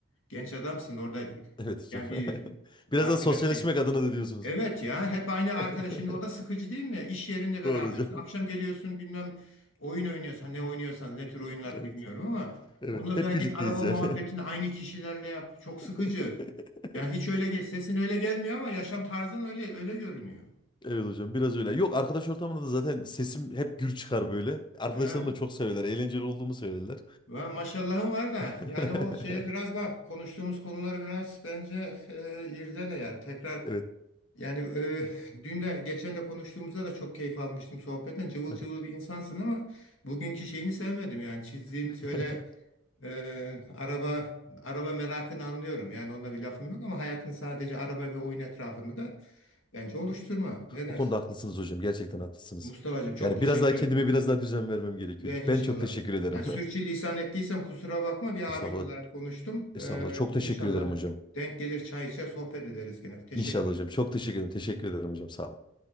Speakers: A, on the left; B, on the left.
A: genç adamsın orada
B: Evet hocam.
A: yani bir
B: <laughs> Biraz
A: arkadaşın.
B: da sosyalleşmek adına da diyorsunuz.
A: Evet ya hep aynı
B: <laughs>
A: arkadaş şimdi o da sıkıcı değil mi? İş yerinde Evet.
B: Doğru
A: berabersin.
B: hocam.
A: Akşam geliyorsun bilmem oyun oynuyorsan ne oynuyorsan ne tür oyunlar
B: Evet.
A: bilmiyorum ama
B: Evet.
A: ondan sonra
B: Hep
A: git
B: birlikteyiz
A: araba muhabbetini
B: yani.
A: aynı kişilerle yap. Çok
B: <laughs>
A: sıkıcı. Yani hiç öyle ge- sesin öyle gelmiyor ama yaşam tarzın öyle öyle görünüyor.
B: Evet hocam biraz öyle. Yok arkadaş ortamında da zaten sesim hep gür çıkar böyle. Arkadaşlarım
A: Ya,
B: da çok severler. Eğlenceli olduğumu söylerler.
A: ya maşallahın var da
B: <laughs>
A: yani o şeye biraz bak konuştuğumuz konuları biraz bence e, irdele ya tekrar
B: Evet.
A: Yani e, dün de geçen de konuştuğumuzda da çok keyif almıştım sohbetten. Cıvıl
B: Aha.
A: cıvıl bir insansın ama bugünkü şeyini sevmedim yani çizdiğin
B: <laughs>
A: şöyle e, araba araba merakını anlıyorum. Yani onunla bir lafım yok ama hayatın sadece araba ve oyun etrafında da bence oluşturma. Ne dersin?
B: Bu konuda haklısınız hocam. Gerçekten haklısınız.
A: Mustafa'cığım çok
B: Yani
A: teşekkür
B: biraz daha kendime
A: ederim
B: biraz daha düzen vermem gerekiyor.
A: ve inşallah.
B: Ben çok teşekkür ederim.
A: Yani sürçülisan
B: <laughs>
A: ettiysem kusura bakma bir
B: Estağfurullah.
A: abin olarak konuştum.
B: Estağfurullah.
A: E,
B: Çok teşekkür
A: İnşallah
B: ederim hocam.
A: denk gelir çay içer sohbet ederiz gene. Teşekkür
B: İnşallah hocam. Çok teşekkür ederim. Teşekkür ederim hocam. Sağ olun.